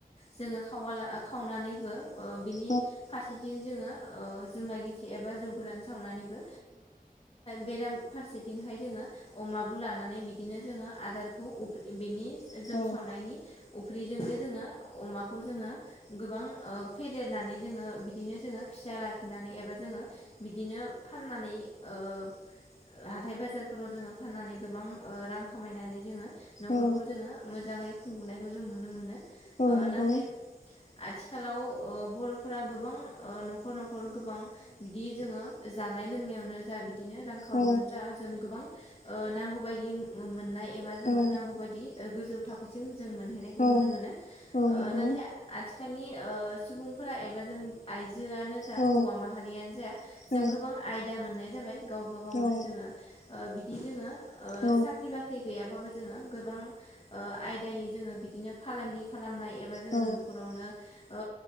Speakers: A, on the left; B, on the left.
A: जोङो खावाला खावनानैबो ओ बिनि
B: औ
A: फारसेथिं जोङो ओ जुमाय गिसि एबा जौ गोरान सावनानैबो बेराम फारसेथिंहाय जोङो अमाबो लानानै बिदिनो जोङो आदारखौ अफ बिनि
B: औ
A: जौ सावनायनि अफ्रिजोंनो जोङो अमाखौ जोङो गोबां ओ फेदेरना नानै जोङो बिदिनो जोङो फिसा लाखिनानै एबा जोङो बिदिनो फाननानै ओ हाथाय बाजारफोराव जोङो फाननानै गोबां रां खामायनानै जोङो न'खरखौ
B: औ
A: जोङो मोजाङै खुंबुंनायखौ जों नुनो मोनो
B: औ
A: ओ
B: नंगौ
A: नाथाय आथिखालाव ओ बर'फोरा गोबां ओ न'खर न'खर गोबां बिदि जोङो जानाय लोंनायावनो जा बिदिनो रां खावरियावनो
B: औ
A: जा जों गोबां ओ नांगौ बायदि मोननाय एबा जोङो
B: औ
A: नांगौ बायदि ओ गोजौ थाखोसिम जों मोनहैनाय
B: औ
A: नुनो मोनो ओ
B: औ नंगौ
A: नाथाय आथि खालनि ओ सुबुंफोरा एबा जों आइ जोआनो जा
B: औ
A: हौवा माहारियानो जा जों
B: औ
A: गोबां आयदा मोननाय जाबाय गावबा गावनो
B: औ
A: जोङो ओ बिदि जोङो ओ
B: औ
A: साख्रि बाख्रि गैयाबाबो जोङो गोबां ओ आयदायै जोङो बिदिनो फालांगि खालामनाय एबा जोङो
B: औ
A: न'खरावनो ओ